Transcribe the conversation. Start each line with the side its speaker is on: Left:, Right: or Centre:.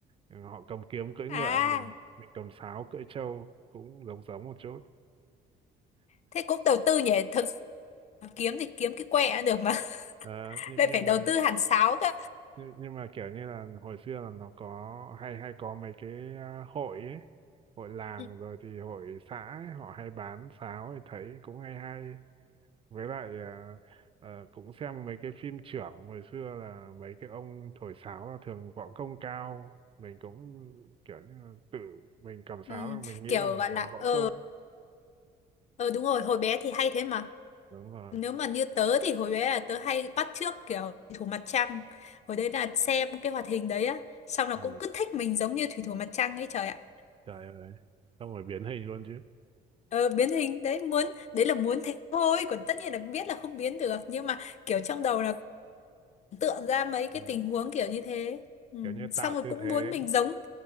Right: ừ, họ cầm kiếm cưỡi ngựa
Left: À,
Right: mình mình cầm sáo cưỡi trâu cũng giống giống một chút
Left: thế cũng đầu tư nhỉ? Thực mà kiếm thì kiếm cái quẹ cũng được mà
Right: Ờ,
Left: <laughs>
Right: nhưng,
Left: lại
Right: nhưng
Left: phải đầu
Right: mà
Left: tư hẳn sáo cơ
Right: nhưng, nhưng mà kiểu như là hồi xưa là nó có hay hay có mấy cái à, hội ấy hội làng
Left: ừ,
Right: rồi thì hội xã ấy, họ hay bán sáo thì thấy cũng hay hay với lại à, ờ, cũng xem mấy cái phim chưởng hồi xưa là mấy cái ông thổi sáo là thường võ công cao mình cũng kiểu như là tự mình cầm sáo
Left: ừ,
Right: là mình nghĩ
Left: kiểu
Right: là mình
Left: gọi là
Right: có võ
Left: ờ
Right: công
Left: ờ, đúng rồi hồi bé thì hay thế mà
Right: đúng rồi
Left: nếu mà như tớ thì hồi bé là tớ hay bắt chước kiểu thủy thủ mặt trăng hồi đấy là xem cái hoạt hình đấy á xong là
Right: Ờ,
Left: cũng cứ thích mình giống như thủy thủ mặt trăng ấy trời ạ
Right: trời ơi xong rồi biến hình luôn chứ
Left: ờ, biến hình đấy muốn đấy là muốn thế thôi còn tất nhiên là biết là không biến được nhưng mà kiểu trong đầu là tượng ra mấy
Right: ừ.
Left: cái tình huống kiểu như thế ừ.
Right: kiểu như
Left: xong
Right: tạo
Left: rồi
Right: tư
Left: cũng
Right: thế
Left: muốn mình giống